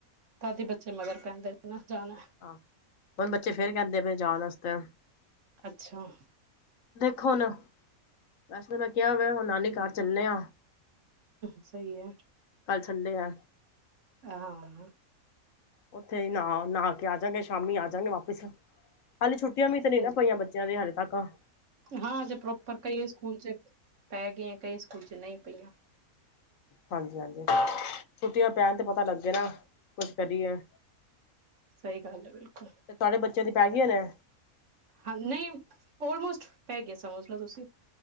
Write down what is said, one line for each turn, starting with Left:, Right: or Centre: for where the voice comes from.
Right: ਦਾਦੀ ਬੱਚੇ ਮਗਰ ਪੈਂਦੇ ਨਾ ਜਾਣਾ
Left: ਹਾਂ ਹੁਣ ਬੱਚੇ ਫੇਰ ਕਹਿੰਦੇ ਪਏ ਜਾਣ ਵਾਸਤੇ <unintelligible>
Right: ਅੱਛਾ
Left: ਵੇਖੋ ਹੁਣ ਵੈਸੇ ਤਾਂ ਮੈਂ ਕਿਹਾ ਹੋਇਆ ਹੁਣ ਨਾਨੀ ਘਰ ਚੱਲੇ ਆ।
Right: ਸਹੀ ਐ।
Left: ਥੱਲੇ ਆ।
Right: ਆਹਾ
Left: ਉੱਥੇ ਈ ਨਾਹ ਨਾਹ ਕੇ ਆਜਾਗੇ ਸ਼ਾਮੀ ਆਜਾਗੇ ਵਾਪਿਸ। ਹਾਲੇ ਛੁੱਟੀਆ ਵੀ
Right: ਸਹੀ
Left: ਤਾਂ ਨਹੀਂ ਨਾ ਪਈਆਂ ਬੱਚਿਆਂ ਦੇ ਹਾਲੇ ਅੱਗੋ
Right: ਹਾਂ ਅਜੇ ਪ੍ਰੋਪਰ ਕਈ ਸਕੂਲ ਚ ਪੈ ਗਈਆਂ ਕਈ ਸਕੂਲ ਚ ਨਹੀਂ ਪਈਆਂ।
Left: ਹਾਂਜੀ ਹਾਂਜੀ, ਛੁੱਟੀਆਂ ਪੈਣ ਤੇ ਪਤਾ ਲੱਗੇ ਨਾ ਕੁਛ ਕਰੀਏ।
Right: ਸਹੀ ਗੱਲ ਹੈ ਬਿਲਕੁਲ।
Left: ਤੇ ਤੁਹਾਡੇ ਬੱਚਿਆਂ ਦੀ ਪੈ ਗੀਆਂ ਨੇ।
Right: ਹਾਂ ਨਹੀਂ ਓਲਮੋਸਟ ਪੈ ਗੀਆ ਸਮਝ ਲਓ ਤੁਸੀਂ।